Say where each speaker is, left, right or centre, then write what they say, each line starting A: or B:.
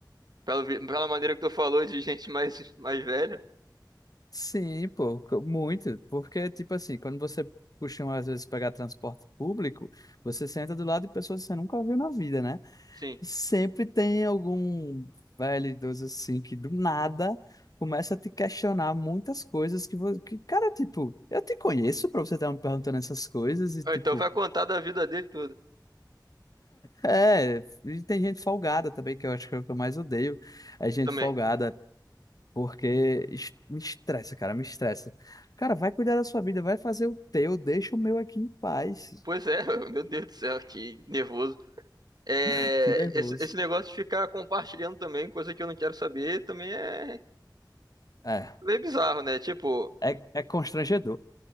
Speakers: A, on the right; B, on the left.
A: pela, vi- pela maneira que tu falou de gente mais mais velha.
B: Sim, pô, co- muito. Porque, tipo assim, quando você costuma às vezes pegar transporte público, você senta do lado de pessoas que você nunca viu na vida, né?
A: Sim.
B: Sempre tem algum velho idoso assim que do nada começa a te questionar muitas coisas que, vo- que cara, tipo, eu te conheço pra você estar me perguntando essas coisas e,
A: Ah,
B: tipo,
A: Então vai contar da vida dele toda
B: é, e tem gente folgada também, que eu acho que é o que eu mais odeio, é gente
A: também.
B: folgada, porque es- me estressa, cara, me estressa. Cara, vai cuidar da sua vida, vai fazer o teu, deixa o meu aqui em paz.
A: Pois é, <laughs> meu Deus do céu, que nervoso. É,
B: <laughs> Que nervoso.
A: esse, esse negócio de ficar compartilhando também coisa que eu não quero saber também é
B: É,
A: meio bizarro, né? Tipo,
B: é, é constrangedor.